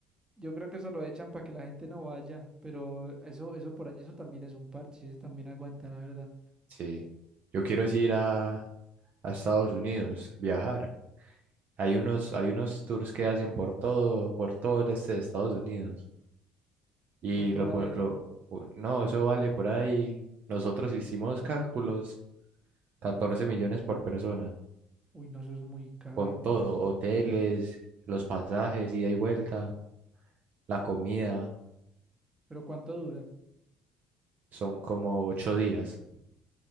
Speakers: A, on the right (about 20°); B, on the right (about 45°).
A: Yo creo que eso lo echan para que la gente no vaya, pero eso, eso por allí, eso también es un parche, ese también aguanta, la verdad.
B: Sí, yo quiero es ir a, a Estados Unidos, viajar. Hay unos, hay unos tours que hacen por todo, por todo el este de Estados Unidos.
A: ¿Y
B: Y
A: cuánto
B: lo,
A: vale
B: po-
A: eso?
B: lo, Wow. u- no, eso vale por ahí. Nosotros hicimos cálculos, 14 millones por persona,
A: Uy, no, eso es muy caro.
B: con todo, hoteles, los pasajes, ida y vuelta, la comida,
A: ¿Pero cuánto dura?
B: son como ocho días.